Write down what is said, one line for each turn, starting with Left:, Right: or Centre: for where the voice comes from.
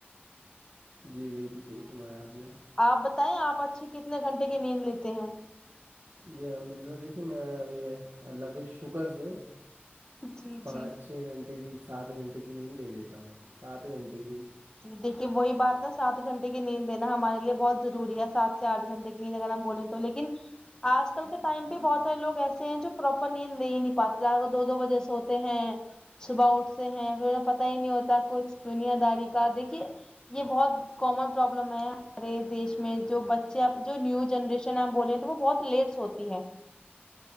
Right: جی بالکل صحیح فرمایا آپ نے
Left: آپ بتائیں آپ اچھے کتنے گھنٹے کی نیند لیتے ہیں
Right: جی الحمد اللہ دیکھیے میں ابھی اللہ کے شکر سے
Left: جی
Right: پانچ
Left: جی
Right: چھ گھنٹے کی سات گھنٹے کی نیند لے لیتا ہوں سات گھنٹے کی
Left: جییکے وہی بات نا سات گھنٹے کی نیند لینا ہمارے لیے بہت ضروری ہے سات سے آٹھ گھنٹے <unintelligible> ہم بولے تو لیکن آج کل کے ٹائم پہ بہت سارے لوگ ایسے ہیں جو پراپر نیند لے ہی نہیں پاتے دو دو بجے سےو ہوتے ہیں صبح اٹھتے ہیں پھر انہیں پت ہی نہیں ہوتا کچھ دنیاداری کا دیکھیے یہ بہت کامن پرابلم ہے ہمارے دیش میں جو بچے اب جو نیو جنریشن ہے ہم بولے ہیں تو وہ بہت لیٹس ہوتی ہے